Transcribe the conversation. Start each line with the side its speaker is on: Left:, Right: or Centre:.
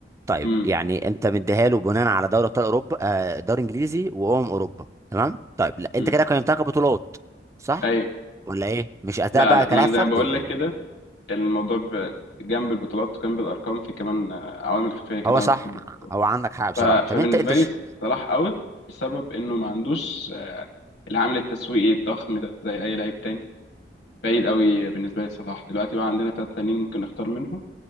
Right: طيب
Left: امم
Right: يعني انت مديها له بناء على دوري ابطال اوروبا آه دوري انجليزي وامم اوروبا تمام طيب لا انت
Left: امم
Right: كده قيمتها كبطولات صح
Left: ايوه
Right: ولا ايه مش اداء
Left: لا
Right: بقى
Left: لا
Right: كلاعب
Left: ما انا زي
Right: فردي
Left: ما بقول
Right: لأن
Left: لك كده الموضوع ب- جنب البطولات وجنب الارقام في كمان آه، عوامل خفيه كده
Right: هو
Left: ما
Right: صح
Left: بحبها
Right: هو عندك حق بصراحه
Left: ف-
Right: طب
Left: فبالنسبه
Right: انت انت
Left: لي
Right: ش...
Left: صلاح اوت بسبب انه ما عندوش آه، العامل التسويقي الضخم ده زي اي لعيب تاني بعيد قوي بالنسبه لي صلاح دلوقتي بقى عندنا ثلاث تانيين ممكن نختار منهم